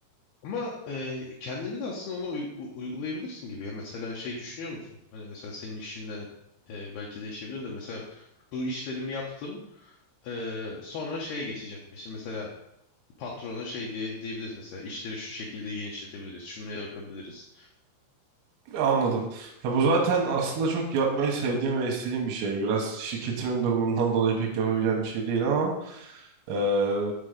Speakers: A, on the left; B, on the right.
A: Ama e, kendini de aslında ona uy- u- uygulayabilirsin gibi ya. Mesela şey düşünüyor musun? Hani mesela senin işinle e, belki değişebilir de mesela bu işlerimi yaptım. e, sonra şeye geçeceğim. İşte mesela patrona şey diye, diyebiliriz mesela işleri şu şekilde genişletebiliriz. Şunu yapabiliriz.
B: Anladım. Ya bu zaten aslında çok yapmayı sevdiğim ve istediğim bir şey. Biraz şirketimin durumundan dolayı pek yapabileceğim bir şey değil ama eee